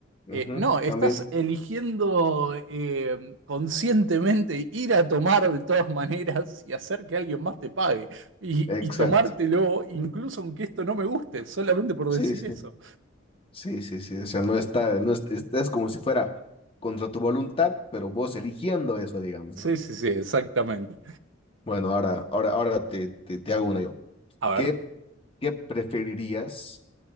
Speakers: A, on the left (about 30°); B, on the right (about 70°).
A: Ujú,
B: Eh, no, estás
A: también.
B: eligiendo eh, conscientemente ir a tomar de todas maneras y hacer que alguien más te pague. Y,
A: Exacto.
B: y tomártelo, incluso aunque esto no me guste, solamente por
A: Sí,
B: decir
A: sí.
B: eso.
A: Sí, sí, sí. O sea, no está, no es, es es como si fuera contra tu voluntad, pero vos eligiendo eso, digamos,
B: Sí,
A: ¿no?
B: sí, sí, exactamente.
A: Bueno, ahora, ahora, ahora te, te, te hago una yo.
B: A ver,
A: ¿Qué, qué preferirías?